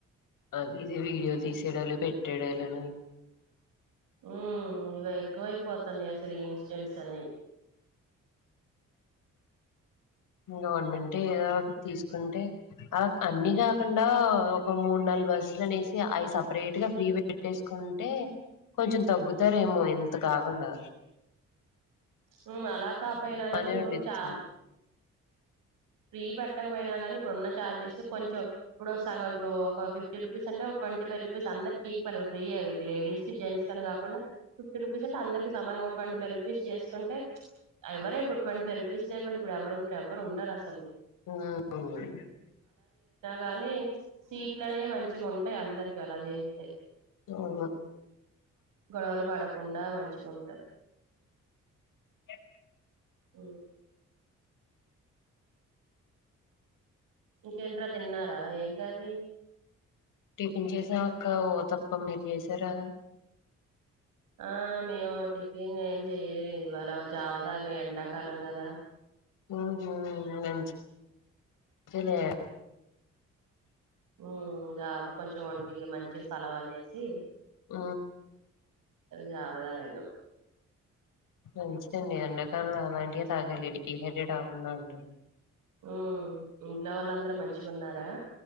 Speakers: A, on the left (about 80°); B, on the right (about 80°).
A: అద ఇది వీడియోలు తీసేడాళ్ళు పెట్టేడళ్ళును
B: ఉ ఇవి ఎక్కువైపోతాంది అసలు ఈ ఇన్సిడెంట్స్ అని <unintelligible> <inaudible>
A: గవర్నమెంట్ ఏదో ఒక తీసుకుంటే అలా అన్ని కాకుండా ఒక మూడు నెల బస్సులు అనేసి అవి సపరేట్ గా ఫ్రీ పెట్టేసుకుంటే కొంచెం తగ్గుతారేమో ఎంత కాకుండా
B: <inaudible> అలా కాపోయినా గానీ
A: బానే
B: ఇప్పుడు
A: ఉండిద్ది
B: చ ఫ్రీ పెట్టకపోయినా కానీ ఇప్పుడు ఉన్న చఛార్జెస్ కొంచెం ఇప్పుడు సగం ఇప్పుడు ఒక ఫిఫ్టీ రూపీస్ అంటేప్పు ట్వంటీై్ రూపీస్ అందరి కక్ి ఫ్రీ లేడస్ి జెంస్నీ కాకుండా ఫిఫటీ రూపీస్ అంట అందరిమా ట్ంటీ ఫైవ్ రూపీస్ చేసుకుంట ఎవర ఇప్పుడు ట్వంటీై్ రూపీస్ లేకుండా ఇప్పుడు ఎవరు ఉంటారు ఎవరు ఉరు అసలు
A: ఆ
B: కాని సీట్లనేవి మంచిగా ఉంటాయి అందరికి అలా చేస్తే
A: అవును.
B: గడ వాలు బడకు కుండా మంచిగాంటుంది
A: <inaudible>
B: ఈ <unintelligible> ఇంకేంట్రా తిన్నారా ఏం కాది
A: టిఫన్ చేసా ఒక్క ఓ తప్ప మీరు చేసారా
B: ఆ మేము టిఫిన్ ఏం చెయలే ఇవాళ జావ తాగా ఎండాకాలం కదా
A: ఉంహు మంచిపనిలా
B: ఉ జబ కొంచెం ఒంటికి మంచి సెలవు అనేసి
A: ఆ
B: జవాతగినం
A: మంచిదండి ఎండగానులు అలాంటివిే తాగాలి డీహెడెడ్ కాకుండా అంటారు
B: ఉ ఇంట్లో వాళ్ళందరూ మంచిగా ఉన్నారా